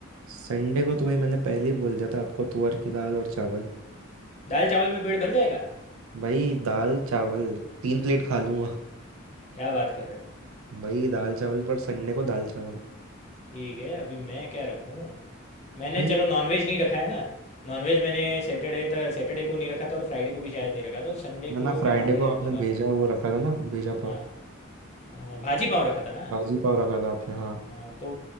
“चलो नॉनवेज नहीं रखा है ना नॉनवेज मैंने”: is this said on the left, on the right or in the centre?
Left